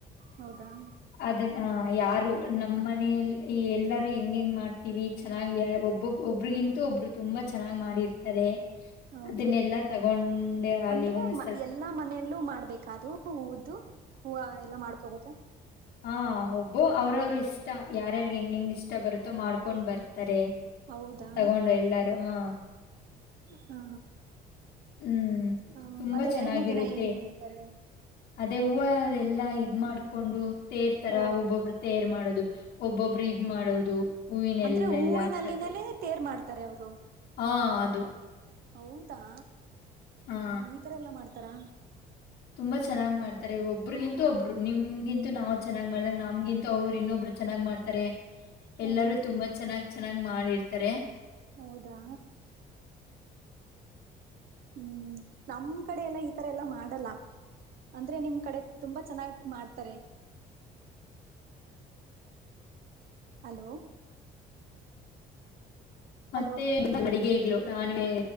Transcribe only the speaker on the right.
ಹೌದಾ
ಹೌದು
ಅಂದ್ರೆ
ಎಲ್ಲಾ ಮನೆಯಲ್ಲೂ ಮಾಡ್ಬೇಕಾ ಅದು ಹೂವದ್ದು ಹೂವು ಎಲ್ಲಾ ಮಾಡ್ಕೋಬೇಕ.
ಹೌದಾ
ಹಾ
ಹಾ
ಮತ್ತೆ
ಎರಡನೇ ದಿನ ಏನ್ ಮಾಡ್ತಾರೆ.
ಓ
ಅಂದ್ರೆ ಹೂವಿನಲ್ಲಿನಲ್ಲೇ
ತೇರ್ ಮಾಡ್ತಾರೆ ಅವ್ರು.
ಹೌದಾ.
ಈ ತರ ಎಲ್ಲ ಮಾಡ್ತಾರಾ.
ಹಾ
ಹಾ
ಹೌದಾ. ಹ್ಮ್ ನಮ್ ಕಡೆ ಎಲ್ಲಾ ಈತರ ಎಲ್ಲಾ ಮಾಡಲ್ಲ. ಅಂದ್ರೆ ನಿಮ್ ಕಡೆ ತುಂಬಾ ಚೆನ್ನಾಗಿ ಮಾಡ್ತಾರೆ. ಹಲೋ.
ಹಲೋ